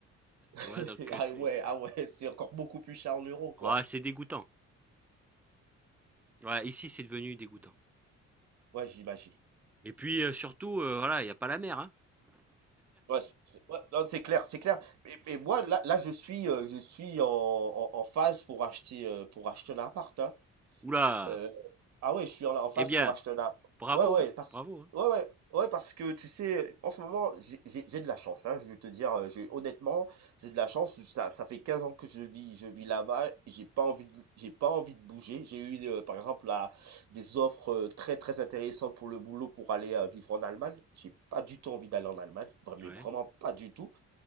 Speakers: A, on the right; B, in the centre.
A: <laughs>
B: Tu vois, donc
A: Ah
B: euh, c'est
A: ouais, ah ouais, c'est encore beaucoup plus cher en euros, quoi.
B: ah, c'est dégoûtant. Ouais, ici, c'est devenu dégoûtant.
A: Ouais, j'imagine.
B: Et puis, euh, surtout, euh, voilà, il n'y a pas la mer. Hein.
A: Ouais, c'est c'est- ouais, non, c'est clair, c'est clair. Mais, mais moi, là, là, je suis, euh, je suis en, en, en phase pour acheter, euh, pour acheter un appart, hein.
B: Oula!
A: Heu, ah ouais, je suis en en phase
B: Eh bien,
A: pour acheter un app
B: bravo,
A: ouais, ouais,
B: hein,
A: parce
B: bravo. Hein.
A: ouais, ouais, ouais, parce que tu sais, en ce moment, j'ai j'ai j'ai de la chance, hein, je vais te dire, heu, j'ai honnêtement, j'ai de la chance, ça ça fait 15 ans que je vis je vis là-bas et j'ai pas envie de j'ai pas envie de bouger. J'ai eu, heu, par exemple, là, des offres, heu, très, très intéressantes pour le boulot pour aller, heu, vivre en Allemagne. J'ai pas du tout envie d'aller en Allemagne, vra mais
B: Ouais.
A: vraiment pas du tout.